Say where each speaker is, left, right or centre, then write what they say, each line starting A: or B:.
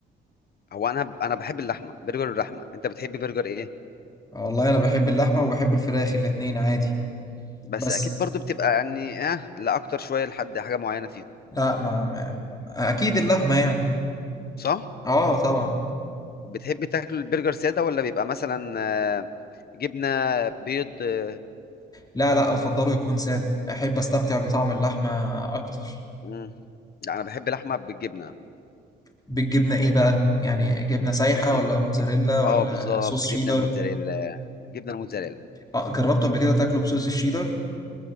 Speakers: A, on the left (about 50°); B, on the left (about 20°).
A: هو انا انا بحب اللحمه برجر اللحمه انت بتحب برجر ايه
B: والله انا بحب اللحمه وبحب الفراخ الاتنين عادي
A: بس
B: بس
A: اكيد برضو بتبقى يعني اه لا اكتر شويه لحد حاجه معينه فيهم
B: لا ما, ما ما- اكيد اللحمه يعني
A: صح
B: اه طبعا
A: بتحب تاكل البرجر ساده ولا بيبقى مثلا آه، جبنه بيض آه،
B: لا لا بفضله يكون سادة أحب أستمتع بطعم اللحمة أكتر
A: مم. لا انا بحب لحمه بالجبنه
B: بالجبنة إيه بقى؟ يعني جبنة سايحة
A: لا
B: ولا
A: ال-
B: موتزاريلا ولا
A: اه بالظبط
B: صوص شيدر؟
A: جبنه الموتزاريلا جبنه الموتزاريلا
B: آه جربته قبل كده تاكله بصوص الشيدر؟